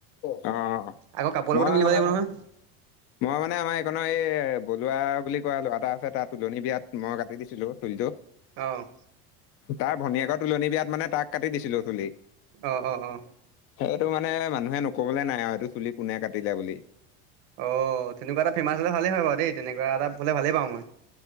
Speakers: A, on the left; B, on the right.
A: অ
B: আক কাপোৰ
A: মই
B: লগতো মিলিব লাগিব নহয়
A: <inaudible> মই মানে আমাৰ এইকনৰ এই বলুৱা বুলি কোৱা ল'ৰা এটা আছে তাত তুলনী বিয়াত মই কাটি দিছিলো চুলি টো
B: অ
A: তাৰ ভনীয়েকৰ তুলনি বিয়াত মানে তাক কাটি দিছিলো চুলি
B: অ অ অ
A: সেইটো মানে মানুহে নকবলে নাই আৰু তোৰ চুলি কোনে কাটিলে বুলি
B: অঁ তেনেকুৱা এটা ফেমাছ হলে ভালেই হয় বাও দেই তেনেকুৱা এটা হ'লে ভালেই পাওঁ মই